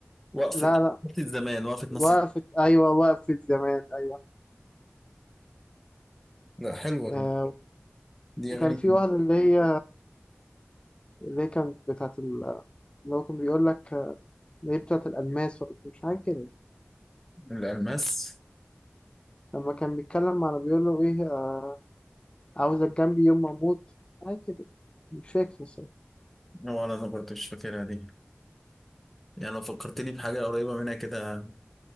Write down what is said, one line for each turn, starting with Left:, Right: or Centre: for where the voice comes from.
Centre: وقفه
Left: لا لا
Centre: وقفه زمان وقفه
Left: وقفت
Centre: نص
Left: أيوة وقفت زمان أيوة
Centre: لا حلوه
Left: آه
Centre: دي دي
Left: وكان
Centre: اغاني
Left: في واحدة اللي هي اللي هي كانت بتاعت ال... اللي هو كان بيقول لك آه، اللي هي بتاعت الألماس ولا مش حاجة كده
Centre: الالماس
Left: لما كان بيتكلم على بيقول له إيه آه، عاوزك جنبي يوم ما أموت حاجة كده مش فاكر الصراحة
Centre: ولا انا برضه مش فاكرها دي يعني لو فكرتني بحاجه قريبه منها كده